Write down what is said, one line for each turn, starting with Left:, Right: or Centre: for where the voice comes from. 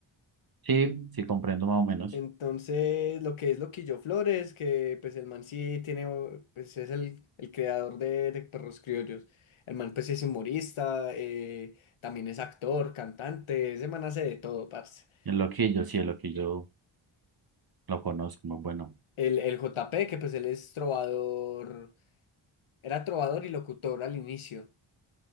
Right: Sí, sí, comprendo más o menos.
Left: Entonces, lo que es Loquillo Flores, que pues el man sí tiene, o- pues es el, el creador de, de Perros Criollos, el man pues es humorista, eh, también es actor, cantante, ese man hace de todo, parce.
Right: El loquillo, sí, el loquillo Lo conozco, muy bueno.
Left: El, el J P que pues él es trovador, era trovador y locutor al inicio.